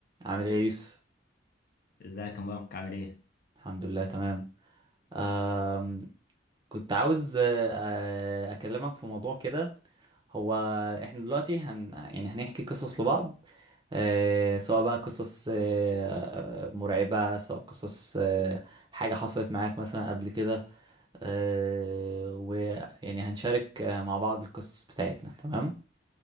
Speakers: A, on the right; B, on the left.
A: عامل ايه يا يوسف
B: ازيك يا مبارك عامل ايه؟
A: الحمد لله تمام آم، كنت عاوز آه، آه، اكلمك في موضوع كده هو احنا دلوقتي هن يعني هنحكي قصص لبعض آه، سواء بقى قصص آه، آه، مرعبة سواء قصص آه، حاجة حصلت معاك مثلا قبل كده آه، ويعني هنشارك آه، مع بعض القصص بتاعتنا تمام